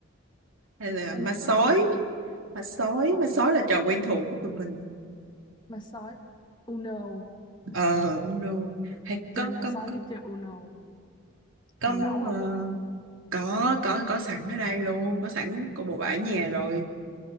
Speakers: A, on the right; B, on the left.
A: hay
B: mày
A: là
B: có
A: ma
B: đề
A: sói
B: xuất gì không
A: ma sói
B: ờ
A: ma sói là trò quen thuộc của tụi mình
B: ma sói Uno
A: ờ không đâu hay
B: chơi
A: có
B: ma
A: có
B: sói
A: có,
B: với chơi Uno
A: có
B: mèo
A: muốn
B: nấu
A: ờ,
B: không
A: có có có sẵn ở đây luôn có sẵn của bộ bãi nhà rồi